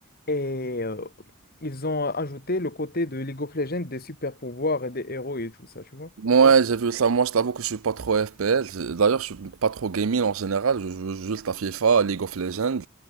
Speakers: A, on the left; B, on the right.
A: et euh, ils ont ajouté le côté de League of Legends des super-pouvoirs et des héros et tout ça, tu vois.
B: Moi, j'ai vu ça. Moi, je t'avoue que je suis pas trop FPS. D'ailleurs, je suis pas trop gaming en général. Je joue juste à FIFA, League of Legends.